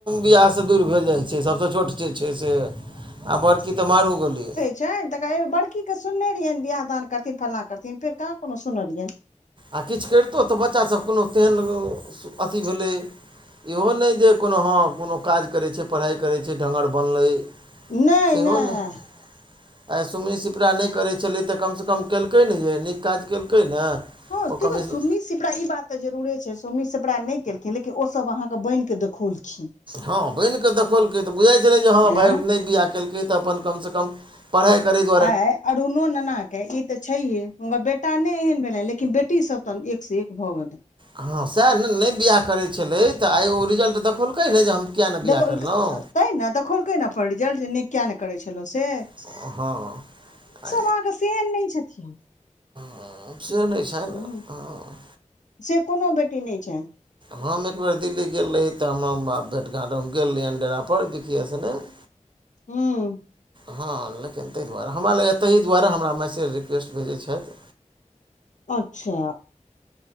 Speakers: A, on the right (about 40°); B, on the left (about 70°).
A: बिआहसँ दूइर भेल जाइ छै सबसँ छोट जे छै से, आब बड़की तऽ मारू गोली।
B: छैन तऽ बड़की के सुनने रहियैन, बियाह दान करथिन, फल्नाँ करथिन, फेर कहाँ कुनो सुनलियैन।
A: आ किछ कैरतो तऽ बच्चा सब कोनो तेहन अथी भेलै इहो नैय जे कोनो हँ, कोनो काज करै छै, पढ़ाइ करै छै, ढंगर बनलै
B: नैय-नैय।
A: सेहो नहि आइ सुमनी सिपरा नहि करै छलै तऽ कम सँ कम केलकै न यैऽ? नीक काज केलकै ने? ओ
B: हँ, तेकियौ
A: कमिश
B: सुमी शि पड़ा ई बात तऽ जरुरे छै, सोमी सिपड़ा नैय केलखिन लेकिन ओसब अहाँके बैन कऽ देखौलखिन।
A: हँ बैन कऽ देखौलकै तऽ बुझैइ छलै जे हँ
B: एं
A: भाय नैय बिआह केलकै तऽ अपन कमसँ कम पढ़ाइ करै जो
B: आय अरुणो नना के ई त छैहे, हुनकर बेटा नै एहन भेलैन लेकिन बेटी सब तऽ एक स एक भऽ गेलै।
A: हँ सैह न? नै बियाह करैत छलै तऽ आइ ओ रिजल्ट देखौलकै ने जे हम किएक नहि बियाह
B: देखौलकै,
A: करलहुँ
B: तैँ ने देखौलकै ने अपन रिजल्ट जे नहि किया नहि करै छलौं से
A: हँ।
B: मा के से नैय छथिन
A: हाॅं, से नैय छैन,
B: ह
A: हॉं।
B: से कुनो बेटी नैय छैन।
A: हम एक बेर दिल्ली गेल रही तऽ हमा मा भेटघाँट, हम गेल रहियैन डेरा पर बिक्किये सने <inaudible>
B: हूम्म।
A: हँ, लेकिन तई दुआरे, हमरा लगैयैऽ ताहि दुआरे हमरा मैसेज रिक्वेस्ट भेजै छैथ।
B: अच्छा